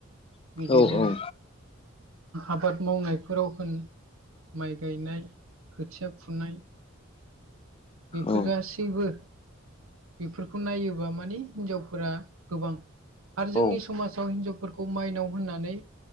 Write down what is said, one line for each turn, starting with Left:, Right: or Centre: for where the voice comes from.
Left: औ
Right: बिदिनो आबाद मावनायफोराव होन माइ गायनाय खोथिया फुनाय बेफोर
Left: औ
Right: गासैबो बेफोरखौ नायोबा मानिे हिनजावफोरा गोबां आरो जोंनि
Left: औ
Right: समाजाव हिनजाव फोरखौ माइनाव होननानै